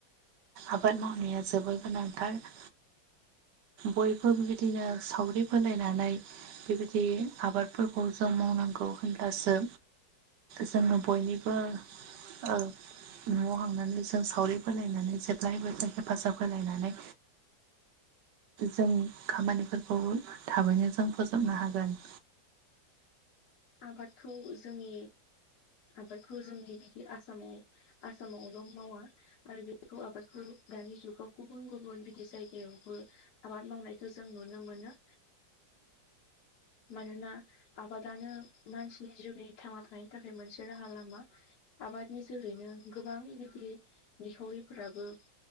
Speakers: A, on the right (about 70°); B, on the left (about 60°).
A: आबाद मावनाया जोबोद गोनांथार। बयबो बिदिनो सावरि बोलायनानै बेबायदि आबादफोरखौ जों मावनांगौ होनब्लासो जोङो बयनिबो ओ न'आव थांनानै जों सावरि बोलायनानै जेब्लायबो जों हेफाजाब होलायनानै जों खामानिफोरखौ थाबैनो जों फोजोबनो हागोन।
B: आबादखौ जोंनि आबादखौ जोंनि बिदि आसामाव आसामावल' मावा आरो बेखौ आबादखौ दानि जुगाव गुबुन गुबुन बिदि जायगायावबो आबाद मावनायखो जों नुनो मोनो। मानोना आबादानो मानसिनि जिउनि थांना थानायनि थाखाय मोनसे राहा लामा। आबादनि जोहैनो गोबां गिदिर निखावरिफोराबो